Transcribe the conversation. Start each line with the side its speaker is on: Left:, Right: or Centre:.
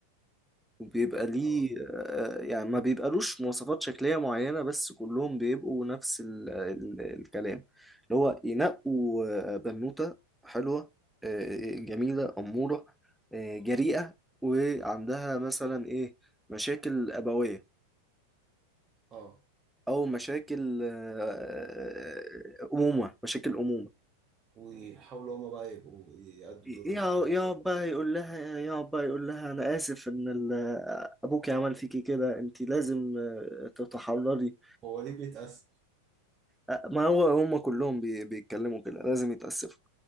Centre: وبيبقى ليه
Right: اه
Centre: آه، يعني ما بيبقالوش مواصفات شكلية معينة بس كلهم بيبقوا نفس ال ال الكلام اللي هو ينقوا آه، بنوتة حلوة آه، جميلة أمورة آه، جريئة وعندها مثلا إيه مشاكل أبوية
Right: اه
Centre: أو مشاكل آه، أمومة مشاكل أمومة
Right: ويحاولوا هما بقى يبقوا يأدوا
Centre: يا
Right: دور ال...
Centre: يا أبا يقول لها يا أبا يقول لها أنا آسف إن ال- آه، أبوكي عمل فيكي كده أنت لازم آه، تتحرري
Right: هو ليه بيتأسف
Centre: آه، ما هو هم كلهم بي- بيتكلموا كده لازم يتأسفوا